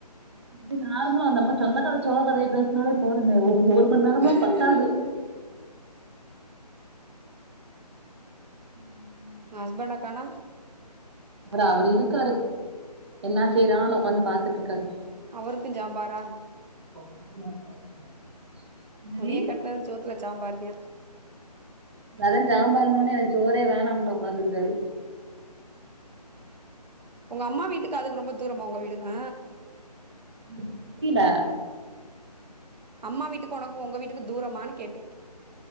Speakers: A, on the right; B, on the right.
A: இப்டி நார்மலா வந்து சொந்தக்கத சோக கதைய பேஸ் னால போதுமே ஒரு மணி
B: பேசக்கூடாது
A: நேரம்லா பத்தாது ம்
B: உன் ஹஸ்பண்டக்கானோ
A: அப்புறோ அவரு இருக்காரு என்ன செய்றான்னு உக்காந்து பாத்துட்டு இருக்காரு
B: அவருக்கு சாம்பாரா
A: <inaudible> சரி
B: உன்னி கட்னது ஜோத் ல சாம்பாருதியா
A: அதா சாம்பார்னொன்னே எனக்கு சோரே வேணாம்ட்டு உக்காந்துருக்காரு
B: உங்க அம்மா வீட்டுக்கு அதுக்கு ரொம்ப தூரமா உங்க வீட்டுக்கு
A: <inaudible> புரில
B: அம்மா வீட்டுக்கு உனக்கு உங்க வீட்டுக்கு தூரமானு கேட்டே